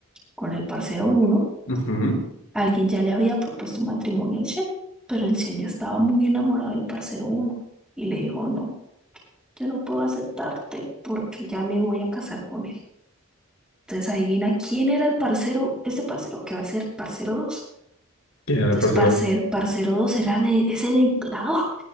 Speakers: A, in the centre; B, on the left.
A: con el parcero uno,
B: Ujú.
A: alguien ya le había propuesto matrimonio al Shen, pero el Shen ya estaba muy enamorado del parcero uno y le dijo, no, yo no puedo aceptarte porque ya me voy a casar con él. Entonces adivina quién era el parcero, ese parcero, que va a ser parcero dos.
B: ¿Quién era
A: Entonces
B: el parcero?
A: parcer,
B: dos?
A: parcero dos era el, es el emperador.